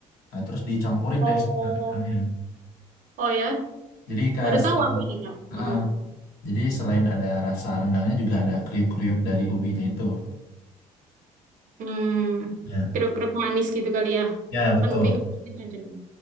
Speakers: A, on the left; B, on the right.
A: nah, terus dicampurin
B: Oh,
A: deh sama rendangnya.
B: oh ya,
A: Jadi kayak
B: baru tahu
A: selain,
B: aku ini kak.
A: ah,
B: Mm-mm.
A: jadi selain ada rasa rendangnya juga ada kriuk-kriuk dari ubinya itu.
B: Hmm,
A: Ya,
B: Keruk-keruk manis gitu kali ya.
A: ya betul.
B: Kan ubi kan manis kan cenderung.